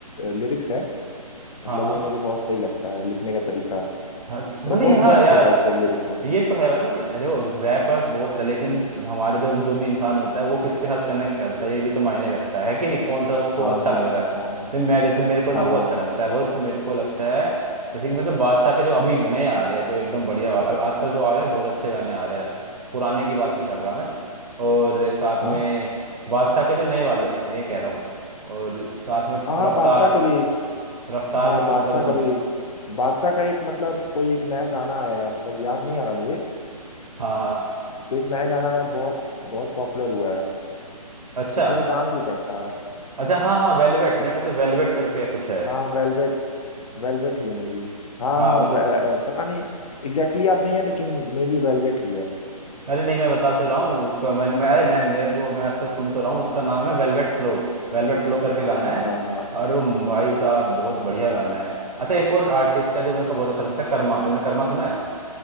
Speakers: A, on the left (about 60°); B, on the right (about 85°).
A: लिरिक्स है मतलब
B: हाँ हाँ
A: वो मुझे बहुत सही लगता है लिखने का तरीका
B: अच्छा
A: मतलब
B: नहीं
A: बहुत
B: हाँ
A: डेप्थ
B: यार
A: होता है उसके लिरिक्स में
B: ये तो है मतलब देखो रैपर्स बहुत लेकिन हमारे जो जो भी इंसान होता है वो किसके साथ कनेक्ट करता है ये भी तो मायने रखता है कि नहीं कौन सा उसको
A: हाँ
B: अच्छा
A: हाँ
B: लग रहा
A: हाँ
B: है
A: हाँ हाँ
B: तो मैं जैसे मेरे को ना
A: हाँ
B: वो
A: हाँ हाँ
B: अच्छा
A: हाँ
B: लगता है बहुत मेरे को लगता है जैसे कि मतलब बादशाह के जो अभी नए आ रहे हैं जो एकदम बढ़िया वाला अब आजकल जो आ रहे हैं बहुत अच्छे गाने आ रहे हैं पुराने की बात नहीं कर रहा मैं और साथ में
A: हाँ
B: बादशाह के जो नए वाले मैं ये कह रहा हूँ और साथ में
A: हाँ हाँ,
B: रफ्तार
A: बादशाह के भी
B: रफ्तार
A: हाँ
B: भी सु-
A: बादशाह
B: मतलब मैं सुनता
A: का भी बादशाह का एक मतलब कोई एक नया गाना आया है मतलब याद नहीं आ रहा मुझे आ,
B: हाँ हाँ
A: कोई एक नया गाना है बहुत बहुत पॉपुलर हुआ है
B: अच्छा
A: उसमें वो डांस भी करता है
B: अच्छा हाँ हाँ वेलवेट मेरे ख्याल से वेलवेट करके कुछ है
A: हाँ वेलवेट वेलवेट ही है मे बी हाँ
B: हाँ
A: हाँ
B: मतलब
A: वे- अ, पता नहीं एग्जैक्टली याद नहीं है लेकिन मे बी वेलवेट ही है
B: अरे नहीं मैं बता तो रहा हूँ उसका मैंने मैं अरे मैं मेरे को मैं आजकल सुन तो रहा हूँ उसका नाम है वेलवेट फ्लो वेलवेट फ्लो करके गाना
A: हाँ
B: है
A: हाँ हाँ
B: और वो भाई साहब बहुत बढ़िया गाना है अच्छा एक और आर्टिस्ट है जो मेरे को बहुत अच्छा लगता है कर्मा तुमने कर्मा सुना है